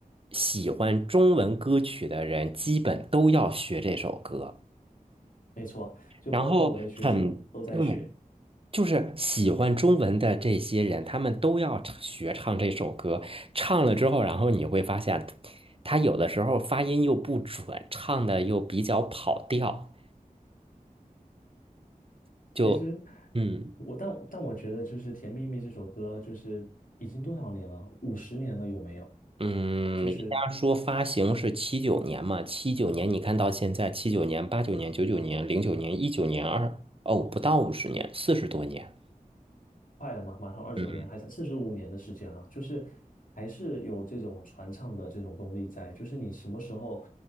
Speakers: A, on the right; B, on the left.
A: 喜欢中文歌曲的人，基本都要学这首歌。
B: 没错，就包括我的学生都在学。
A: 然后很对，就是喜欢中文的这些人，他们都要唱学唱这首歌。唱了之后，然后你会发现，他有的时候发音又不准，唱的又比较跑调。就嗯
B: 其实我但但我觉得就是《甜蜜蜜》这首歌，就是已经多少年了？五十年了有没有？
A: 嗯，
B: 就是
A: 人家说发行是七九年嘛，七九年你看到现在，七九年、八九年、九九年、零九年、一九年、二哦，不到五十年，四十多年。
B: 快了嘛，马上二九年，
A: 嗯，
B: 还剩四十五年的时间了，就是还是有这种传唱的这种功力在，就是你什么时候，